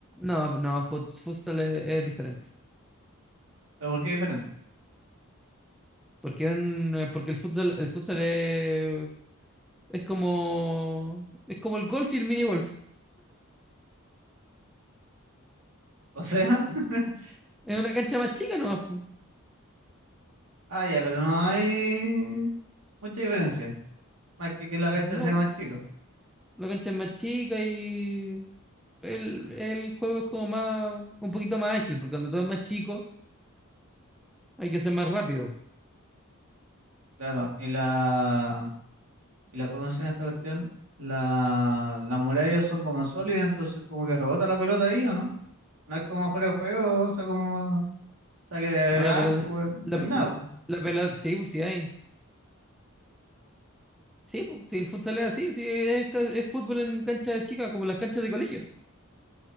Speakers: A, in the centre; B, on the right.
A: No, no, fut- futsal es, es diferente.
B: pero porque es diferente.
A: Porque, un- porque el futsal, el futsal es, es como es como el golf y el mini golf.
B: O sea, <laughs>
A: Es una cancha más chica nomás, po.
B: ah, ya, pero no hay mucha diferencia. Más que que la cancha
A: No,
B: sea más chica,
A: la cancha es más chica y el, el juego es como más un poquito más ágil, porque cuando todo es más chico hay que ser más rápido.
B: claro. Y la, y la, ¿cómo se llama esta cuestión? La, las murallas son como sólidas, entonces como que rebota la pelota ahí, ¿o no? No es como fuera de juego, o sea, como saque de
A: No, la
B: arco,
A: pelota,
B: pues, no
A: la,
B: hay nada, pues.
A: la pelota, sí, pues sí hay. Sí, pues, sí, el futsal es así, sí, es, ca- es fútbol en canchas chicas, como las canchas de colegio.